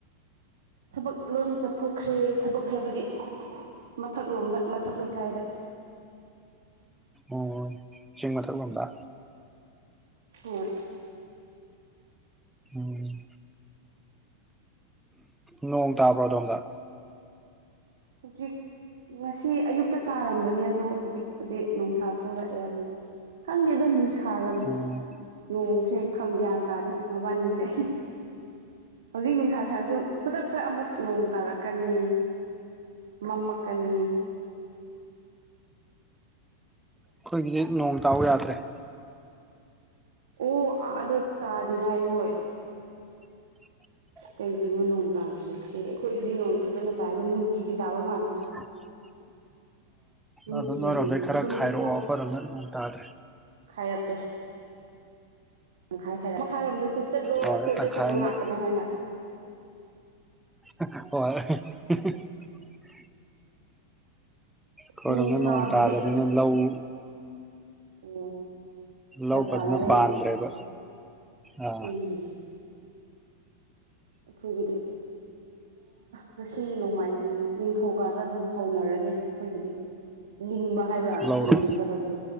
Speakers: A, on the right (about 65°); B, in the centre.
A: ꯊꯕꯛ ꯂꯣꯏꯅ ꯆꯠꯊꯣꯛꯈ꯭ꯔꯦ ꯊꯕꯛ ꯍꯥꯏꯕꯗꯤ ꯃꯊꯛ ꯂꯣꯝꯗ ꯃꯊꯛ ꯂꯩꯀꯥꯏꯗ
B: ꯎꯝ ꯆꯤꯡ ꯃꯊꯛꯒꯕ
A: ꯍꯣꯏ
B: ꯎꯝ ꯅꯣꯡꯣꯡ ꯇꯕ꯭ꯔꯣꯗꯗ
A: ꯍꯧꯖꯤꯛ ꯉꯁꯤ ꯑꯌꯨꯛꯇ ꯇꯥꯔꯝꯕꯅꯦ ꯑꯗꯣ ꯍꯧꯖꯤꯛꯄꯨꯗꯤ ꯅꯨꯡꯁꯥ ꯊꯣꯛ ꯊꯣꯔꯛꯑꯦ ꯑꯃꯨꯛ ꯈꯪꯗꯦꯗ ꯅꯨꯡꯁꯥꯒ
B: ꯎꯝ
A: ꯅꯣꯡꯁꯦ ꯈꯪ ꯒ꯭ꯌꯥꯟ ꯇꯥꯗꯦ ꯃ ꯄꯅꯤꯁꯦ ꯍꯧꯖꯤꯛ ꯅꯨꯡꯁꯥ ꯁꯥꯔꯁꯨ ꯈꯨꯗꯛꯇ ꯑꯃꯨꯛ ꯅꯣꯡ ꯇꯥꯔꯛꯀꯅꯤ ꯃꯝꯃꯀꯅꯤ
B: ꯑꯩꯈꯣꯏꯒꯤꯗꯤ ꯅꯣꯡ ꯇꯥꯎ ꯌꯥꯗ꯭ꯔꯦ
A: ꯑꯣ ꯑꯗ ꯇꯥꯗꯤ ꯍꯥꯏꯥꯏ ꯍꯣꯏ
B: <unintelligible>
A: ꯀꯩꯒꯤꯅꯣ ꯅꯣꯡ ꯇꯥꯗ꯭ꯔꯤꯁꯦ ꯑꯩꯈꯣꯏꯗꯗꯤ ꯅꯣꯡ ꯐꯖꯅ ꯇꯥꯏꯕ ꯅꯨꯡꯇꯤꯒꯤ ꯇꯥꯕ ꯃꯥꯜꯂꯦ
B: <unintelligible>
A: ꯅꯨꯡꯇꯤꯒꯤ
B: ꯑꯗꯨꯗꯣ ꯅꯣꯏꯔꯣꯝꯗꯩ ꯈꯔ
A: ꯑꯗꯨꯝ
B: ꯈꯥꯏꯔꯛꯑꯣ ꯑꯩꯈꯣꯏꯔꯣꯝꯗ ꯅꯣꯡ ꯇꯥꯗ꯭ꯔꯦ
A: ꯈ ꯍꯥꯏꯔꯛꯀꯦ ꯇꯪꯈꯥꯏ ꯈꯥꯏ ꯃꯈꯥꯏꯔꯣꯝꯗꯁꯨ ꯆꯠꯂꯣ
B: ꯍꯣꯏ
A: ꯑꯩꯈꯣꯏꯗ
B: ꯇꯪꯈꯥꯏ
A: ꯈꯛꯇꯪ
B: ꯑꯃ
A: ꯂꯥꯛꯀꯅꯣ ꯍꯥꯏꯅ
B: ꯍꯣꯏ ꯈꯔꯅ
A: ꯅꯨꯡꯁꯥꯕꯨꯗꯤ
B: ꯅꯣꯡ ꯇꯥꯗꯕꯅꯤꯅ
A: ꯑꯗꯨꯝ
B: ꯂꯧ
A: ꯑꯣ ꯈꯔ
B: ꯂꯧ ꯐꯖꯅ
A: ꯇꯥꯅꯔꯦ
B: ꯄꯥꯟꯗ꯭ꯔꯦꯕ ꯑꯥ
A: ꯎꯝ ꯑꯩꯈꯣꯏꯒꯤꯗꯤ ꯉꯁꯤ ꯅꯣꯡꯃꯥꯏꯖꯤꯡ ꯅꯤꯡꯊꯧꯀꯥꯗ ꯑꯗꯨꯝ ꯍꯧꯅꯔꯅꯤ ꯑꯩꯈꯣꯏꯒꯤꯗꯤ ꯂꯤꯡꯕ ꯍꯥꯏꯕ꯭ꯔꯥ
B: ꯂꯧꯔꯣ
A: ꯂꯤꯡꯒꯗꯕꯗꯨ